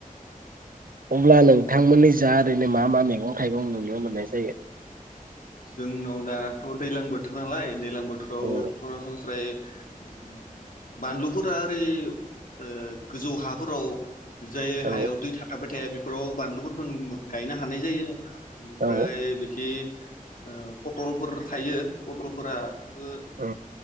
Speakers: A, on the right (about 75°); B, on the left (about 70°).
A: अब्ला नोंथांमोननि जा ओरैनो मा मा मैगं-थाइगं नुनो मोननाय जायो?
B: जोंनाव दाथ' दैलां बोथोर नालाय दैज्लां बोथोराव
A: औ
B: सरासनस्रायै उम बानलुफोरा ओरै ओ गोजौ हाफोराव जाय
A: औ
B: हायाव दै थाबाय थाया बेफोराव बानलुफोरखो नु गायनो हानाय जायो। ओनिफ्राय
A: औ
B: बिखि ओ पटलफोर थायो पटलफोरा बो
A: औ